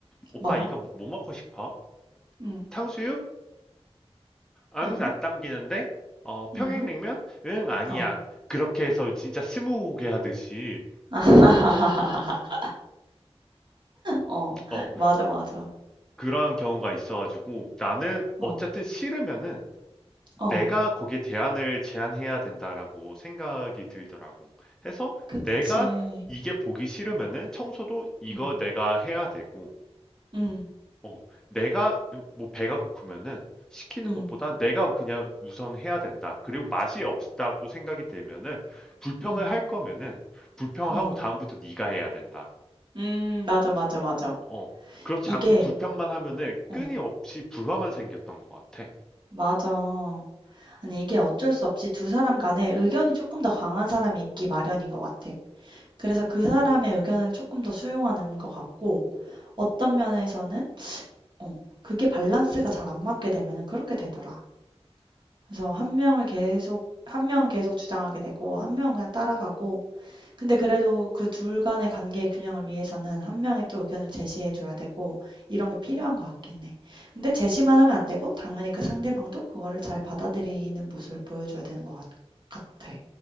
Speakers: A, in the centre; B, on the right (about 45°).
A: 오빠
B: "뭐?"
A: 이거 뭐 먹고 싶어?
B: "음.
A: 탕수육? 응,
B: 음.
A: 안 당기는데? 어, 평양냉면?
B: 음.
A: 응, 아니야.
B: 어."
A: 그렇게 해서 진짜 스무고개 하듯이,
B: <laughs> 어.
A: 어,
B: 맞아, 맞아.
A: 그러한 경우가 있어가지고 나는
B: 어.
A: 어쨌든 싫으면은
B: 어.
A: 내가 거기에 대안을 제안해야 된다라고 생각이 들더라고. 해서
B: 그치.
A: 내가 이게 보기 싫으면은 청소도 이거
B: 음.
A: 내가 해야 되고,
B: 음.
A: 어, 내가 뭐 배가 고프면은 시키는
B: 음.
A: 것보다 내가 그냥 우선 해야 된다. 그리고 맛이 없다고 생각이 들면은 불평을
B: 음,
A: 할 거면은 불평하고
B: 음,
A: 다음부터 네가 해야 된다.
B: 음, 맞아, 맞아, 맞아.
A: 어, 그렇지
B: 이게,
A: 않고 불평만 하면은
B: 어,
A: 끊임없이 불화만 생겼던 것 같아.
B: 맞아. 아니, 이게 어쩔 수 없이 두 사람 간에 의견이 조금 더 강한 사람이 있기 마련인 것 같아. 그래서 그 사람의 의견을 조금 더 수용하는 것 같고, 어떤 면에서는, 어, 그게 밸런스가 잘 안 맞게 되면은 그렇게 되더라. 그래서 한 명을 계속, 한 명은 계속 주장하게 되고, 한 명은 그냥 따라가고, 근데 그래도 그 둘 간의 관계의 균형을 위해서는 한 명이 또 의견을 제시해 줘야 되고 이런 게 필요한 것 같긴 해. 근데 제시만 하면 안 되고 당연히 그 상대방도 그거를 잘 받아들이는 모습을 보여줘야 되는 것 같 같아.